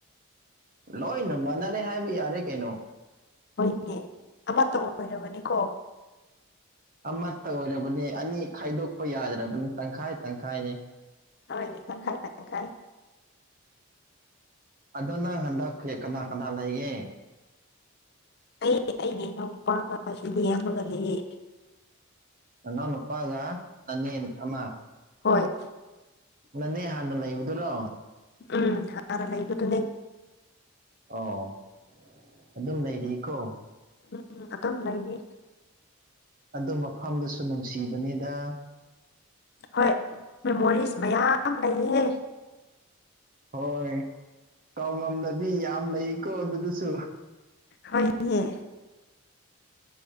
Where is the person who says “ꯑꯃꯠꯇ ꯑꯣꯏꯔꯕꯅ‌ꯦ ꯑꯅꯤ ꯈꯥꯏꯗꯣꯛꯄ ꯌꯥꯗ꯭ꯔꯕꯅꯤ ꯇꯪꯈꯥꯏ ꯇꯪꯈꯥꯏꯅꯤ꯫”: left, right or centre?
Right